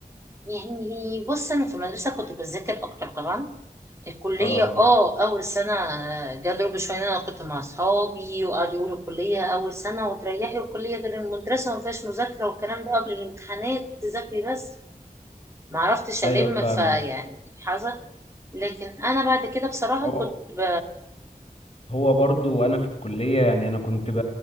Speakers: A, on the right; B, on the left.
A: يعني بص انا في المدرسه كنت بذاكر اكتر طبعا الكلية
B: اه
A: اه أول سنة جا ضرب شوية أنا كنت مع أصحابي وقعدوا يقولوا الكلية أول سنة وتريحي والكلية ده المدرسة مفيهاش مذاكرة والكلام ده قبل الامتحانات تذاكري بس معرفتش ألم
B: ايوه فاهمك
A: فيعني حظا لكن أنا بعد كده بصراحة
B: هو
A: كنت ب...
B: هو برضو انا في الكليه يعني انا كنت ب...